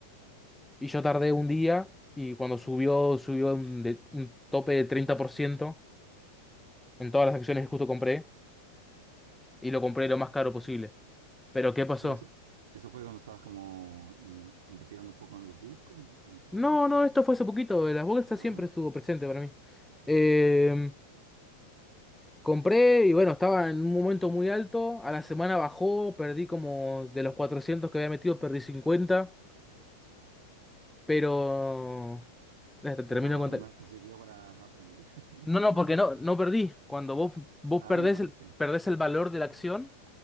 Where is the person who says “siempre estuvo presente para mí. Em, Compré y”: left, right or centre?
Centre